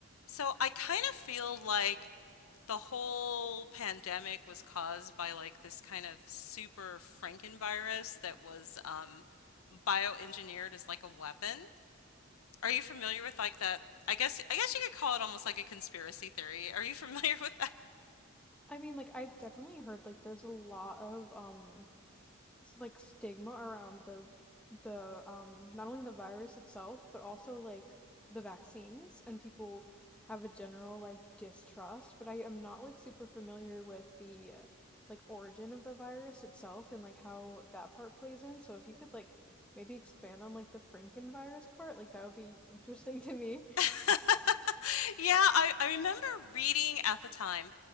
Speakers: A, on the left (about 85°); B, in the centre.
A: So I kind of feel like the whole pandemic was caused by like this kind of super Frankenvirus that was um, bioengineered as like a weapon. Are you familiar with like that? I guess I guess you could call it almost like a conspiracy theory. Are you <laughs> familiar with
B: I mean, like I've definitely heard like there's a lot of um s- like stigma around the the um not only the virus itself, but also like the vaccines and people have a general like distrust, but I am not like super familiar with the uh, like origin of the virus itself and like how that part plays in. So if you could like maybe expand on like the Frankenvirus part, like that would be interesting <laughs> to me.
A: that? <laughs> Yeah, I, I remember reading at the time